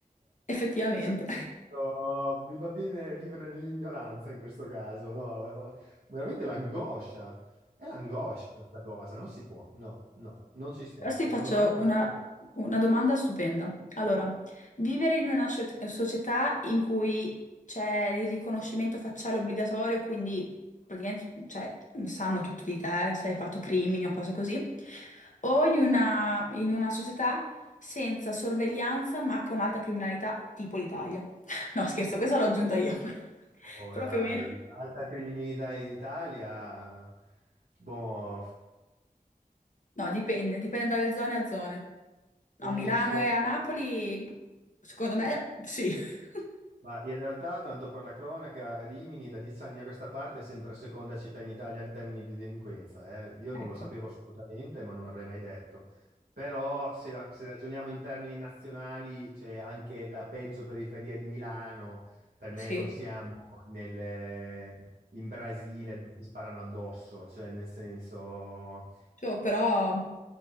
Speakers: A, on the left; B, on the right.
A: Effettivamente.
B: Cioè, no, mi va bene vivere nell'ignoranza in questo caso, no? eh, oh, Veramente l'angoscia, è l'angoscia questa cosa, non si può, no, no, non ci sto.
A: Adesso
B: Questa
A: ti faccio
B: domanda,
A: una, una domanda stupenda. Allora, vivere in una scio- società in cui c'è il riconoscimento facciale obbligatorio, quindi praticamente cioè, sanno tutto di te, se hai fatto crimini o cose così, o in una, in una società senza sorveglianza ma con alta criminalità, tipo l'Italia. <laughs> No, scherzo, questa l'ho aggiunta io. <laughs>
B: oh,
A: Proprio
B: dai,
A: meno.
B: alta criminalità in Italia, boh,
A: No, dipende, dipende dalle zone a zone. A
B: penso
A: Milano e a Napoli, secondo me, sì. <laughs>
B: Ma in realtà, tanto per la cronaca, Rimini da dieci anni a questa parte è sempre seconda città in Italia in termini di delinquenza. eh. Io non
A: Ecco,
B: lo sapevo assolutamente, ma non avrei mai detto. Però se, ra- se ragioniamo in termini nazionali, c'è anche la peggio periferia di Milano. Per me
A: sì,
B: non siamo nel- in Brasile dove si sparano addosso, cioè nel senso...
A: Cioè, però